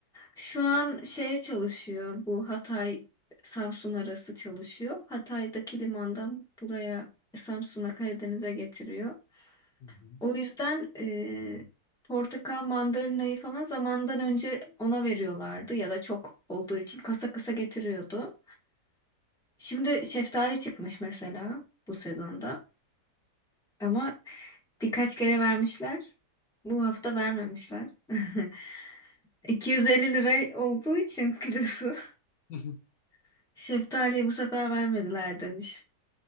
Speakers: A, in the centre; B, on the left.
A: şu an şeye çalışıyor. Bu Hatay Samsun arası çalışıyor. Hatay'daki limandan buraya e, Samsun'a Karadeniz'e getiriyor.
B: Hı hı.
A: O yüzden e, portakal mandalinayı falan zamandan önce ona veriyorlardı ya da çok olduğu için kasa kasa getiriyordu. Şimdi şeftali çıkmış mesela bu sezonda ama birkaç kere vermişler. Bu hafta vermemişler. <laughs> 250 lira olduğu için kilosu.
B: <laughs>
A: <laughs> Şeftaliyi bu sefer vermediler demiş.